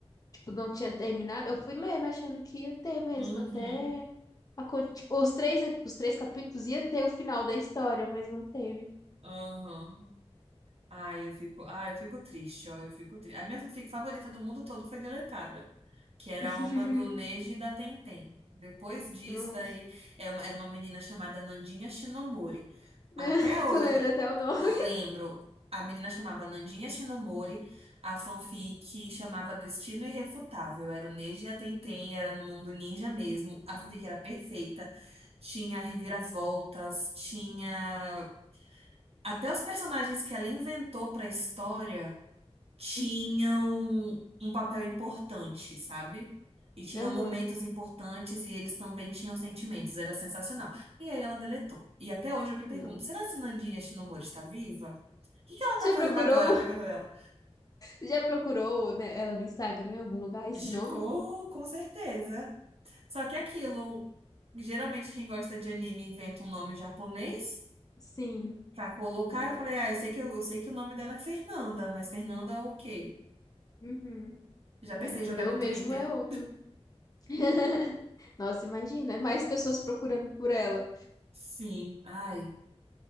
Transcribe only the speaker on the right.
uhum,
uhum. Ai, eu fico, ai, eu fico triste, ó, eu fico triste. A minha fanfic favorita do mundo todo foi deletada, que era
uma do Neji e da Tenten. Depois disso,
daí, é uma- era uma menina chamada Nandinha Shinomori.
Até hoje,
lembro, a menina chamava Nandinha Shinomori, a fanfic chamava Destino Irrefutável, era o Neji e a Tenten, era no mundo ninja mesmo, a fanfic era perfeita, tinha reviravoltas, tinha até os personagens que ela inventou pra história tinham
um papel importante, sabe? E tinham
momentos importantes e eles também tinham sentimentos, era sensacional. E aí ela deletou. E até hoje eu me pergunto,
será que Nandinha Shinomori está viva? O que que ela tá
fazendo
agora na
casa dela?
Ficou,
com certeza. Só que aquilo, geralmente quem gosta de anime inventa um nome japonês
pra colocar.
Eu falei, ah, eu sei que, eu, eu sei que o nome dela é Fernanda, mas Fernanda é o quê?
Já pensei
em jogar
no
Twitter.
Sim, ai,